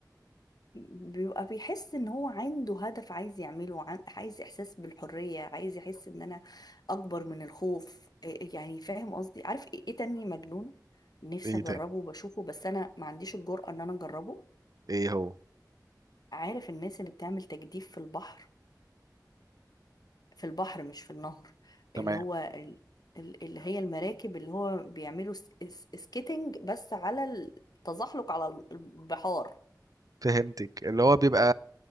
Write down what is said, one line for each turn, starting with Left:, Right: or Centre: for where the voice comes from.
Left: بيبقى بيحس ان هو عنده هدف عايز يعمله عن- عايز احساس بالحريه عايز يحس ان انا اكبر من الخوف إيه- يعني فاهم قصدي عارف ايه إيه تاني مجنون نفسي
Right: ايه
Left: اجربه
Right: تاني
Left: وبشوفه بس انا ما عنديش الجرأة ان انا اجربه
Right: ايه هو
Left: عارف الناس اللي بتعمل تجديف في البحر في البحر مش في النهر
Right: تمام
Left: اللي هو ال- ال- اللي هي المراكب اللي هو بيعملوا س- س- سكيتنج بس على التزحلق على البحار
Right: فهمتك اللي هو بيبقى